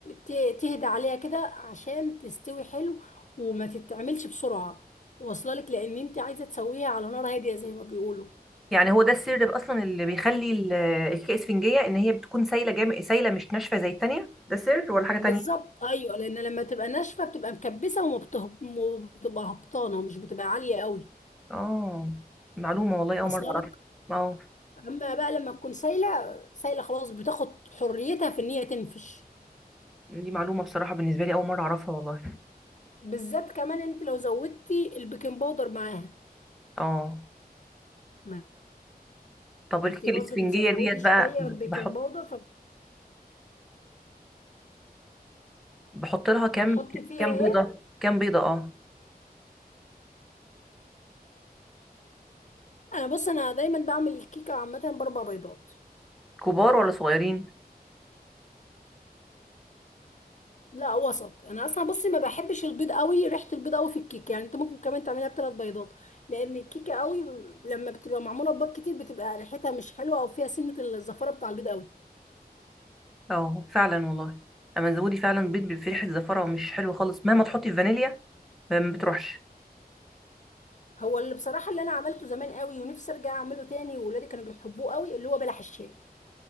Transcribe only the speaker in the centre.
يعني هو ده السر بقى اصلا اللي بيخلي ال- الكيكه اسفنجيه ان هي بتكون سايله جام... سايله مش ناشفه زي التانية ده سر ولا حاجه
تانية
اه معلومه والله اول
مره
اعرفها اه
دي معلومه بصراحه بالنسبه لي اول مره اعرفها والله
اه
طب
الكيكه
الاسفنجيه
ديت بقى
بحط
بحط لها كام
كام بيضه
كام بيضه اه
كبار ولا صغيرين
اه فعلا والله اما زودي فعلا بيض بفرحه زفره مش حلو خالص مهما تحطي فانيليا ما بتروحش